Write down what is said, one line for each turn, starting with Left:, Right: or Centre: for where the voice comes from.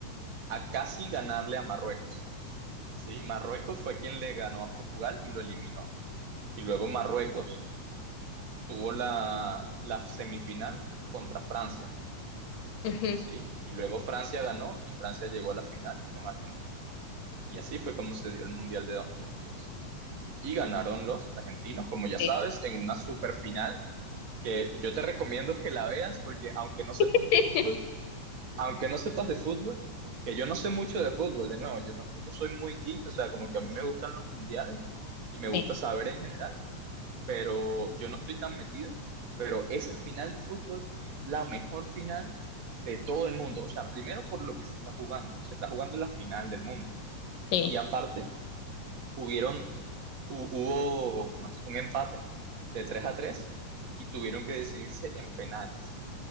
Right: a casi ganarle a Marruecos. ¿sí? Marruecos fue quien le ganó a Portugal y lo eliminó. Y luego Marruecos tuvo la, la semifinal contra Francia,
Left: ujú,
Right: ¿sí? Y luego Francia ganó y Francia llegó a la final con Argentina. Y así fue como se dio el Mundial de dos mil veintidós Y ganaron los argentinos, como ya sabes,
Left: Sí,
Right: en una superfinal que yo te recomiendo que la veas porque aunque no sepas
Left: <laughs>
Right: de fútbol, aunque no sepas de fútbol, que yo no sé mucho de fútbol, de nuevo, yo tampoco soy muy geek, o sea, como que a mí me gustan los mundiales y me gusta
Left: sí.
Right: saber en general, pero yo no estoy tan metido, pero esa final de fútbol es la mejor final de todo el mundo, o sea, primero por lo que se está jugando, se está jugando la final del mundo
Left: sí,
Right: y aparte hubieron, hu- hubo, ¿cómo es? Un empate de 3 a 3 y tuvieron que decidirse en penales.